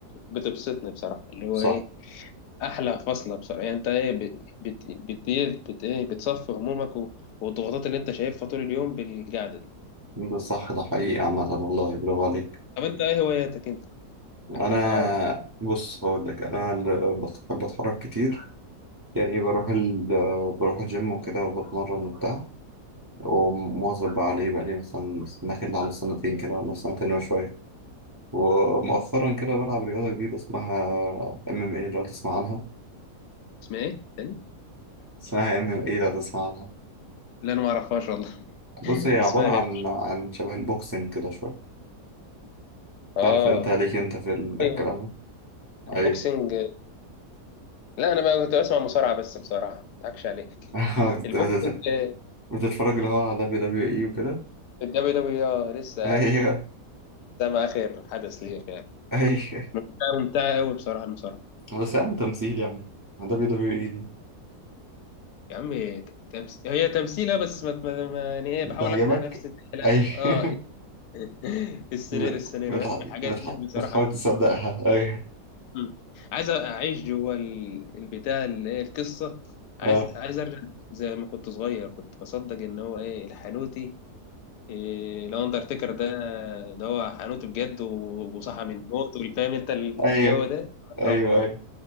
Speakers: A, on the left; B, on the right.
A: بتبسطني بصراحه اللي هو
B: صح
A: ايه احلى فصله بصراحه يعني انت ايه بت بت بت إيه بت ايه بتصفي همومك و- والضغوطات اللي انت شايفها طول اليوم بالقعده دي
B: ده صح ده حقيقي عامة والله برافو عليك
A: طب انت ايه هواياتك انت
B: أنا
A: عايز اعرف
B: بص هقول لك أنا اللي بحب أتحرك كتير يعني بروح ال بروح الجيم وكده وبتمرن وبتاع ومواظب عليه بقالي مثلا داخل على سنتين كده ولا سنتين وشوية ومؤخرا كده بلعب رياضة جديدة اسمها ام ام اي لو تسمع عنها
A: اسمها ايه تاني
B: اسمها ام ام اي لو تسمع عنها
A: لا انا ما اعرفهاش والله <laughs>
B: بص هي عبارة
A: اسمها غريب
B: عن عن شبه البوكسنج كده شوية تعرف
A: اه
B: انت ليك انت في الكلام
A: ايوه
B: ده؟
A: البوكسنج
B: ايوه
A: لا انا بقى كنت بسمع مصارعه بس بصراحه ما اضحكش عليك
B: <laughs>
A: <laughs> البوكسنج
B: بت- بت- بتتفرج اللي هو على دبليو دبليو اي وكده
A: الدبليو دبليو لسه
B: ايوه
A: سامع آخر حدث ليه يعني
B: ايوه
A: لا، ممتعة أوي بصراحة المصارعة
B: بس يا عم تمثيل يعني دبليو دبليو اي دي
A: يا عم تمس... هي تمثيلة بس ما... ما... ما... يعني إيه
B: بتعجبك
A: بحاول أقنع نفسي إن هي لا
B: ايوه
A: آه
B: <laughs>
A: <laughs> السيناريو
B: بت-
A: السيناريوهات
B: بتح...
A: والحاجات
B: بتح...
A: دي بصراحة
B: بتحاول
A: جامدة
B: تصدقها ايوه
A: مم. عايز أعيش جوه ال- البتاع اللي هي القصة عايز
B: اه
A: عايز أرجع زي ما كنت صغير كنت بصدق إن هو إيه الحانوتي إيه الأندرتيكر ده ده هو حانوتي بجد و- وصحى من الموت والفاهم أنت الجو
B: ايوه
A: ده يا
B: ايوه
A: نهار أبيض
B: ايوه